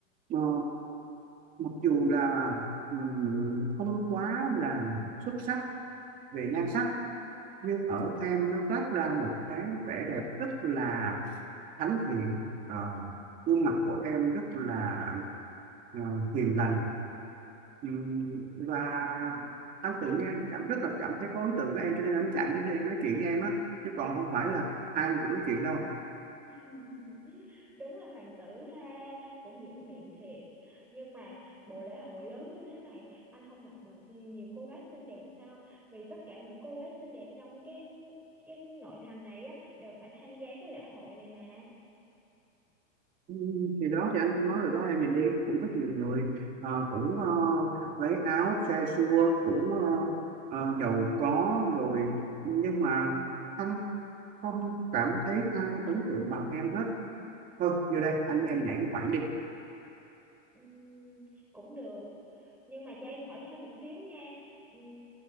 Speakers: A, on the right; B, in the centre.
A: ờ, mặc dù là ừm, không quá là xuất sắc về nhan sắc nhưng ở em nó toát ra một cái vẻ đẹp rất là thánh thiện Ờ, gương mặt của em rất là ờ, hiền lành Ừm, và anh tự nhiên anh cảm rất là cảm thấy có ấn tượng với em cho nên anh mới chạy đến đây anh nói chuyện với em á chứ còn không phải là ai cũng nói chuyện đâu
B: <laughs> đúng là hoàng tử ha cũng diễn miệng thiệt nhưng mà bộ lễ hội lớn như thế này anh không gặp được nhiều cô gái xinh đẹp sao vì tất cả những cô gái xinh đẹp trong cái cái nội thành này á đều phải tham gia cái lễ hội này mà
A: Ừm, thì đó thì anh cũng nói rồi đó em nhìn đi cũng rất nhiều người ờ, cũng ờ, váy áo xe xua cũng ờ, ờ, giàu có rồi nhưng mà anh không cảm thấy ai ấn tượng bằng em hết thôi vô đây anh với em nhảy một khoảng đi
B: Ừm, cũng được nhưng mà cho em hỏi thêm một xíu nha Ừm,